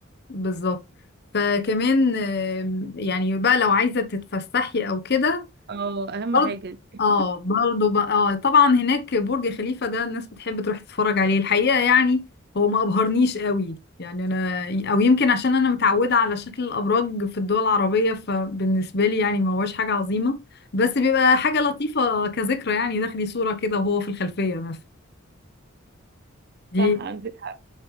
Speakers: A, on the left; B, on the right.
A: بالظبط فكمان آم، يعني بقى لو عايزة تتفسحي او كده
B: اه اهم
A: برضه
B: حاجة دي.
A: اه برضه بقى اه طبعا هناك برج خليفة ده الناس بتحب تروح تتفرج عليه الحقيقة يعني هو ما ابهرنيش قوي يعني انا او يمكن عشان انا متعودة على شكل الابراج في الدول العربية فبالنسبة لي يعني ما هوش حاجة عظيمة بس بيبقى حاجة لطيفة كذكرى يعني تاخدي صورة كده وهو في الخلفية مثلا دي
B: صح عندك حق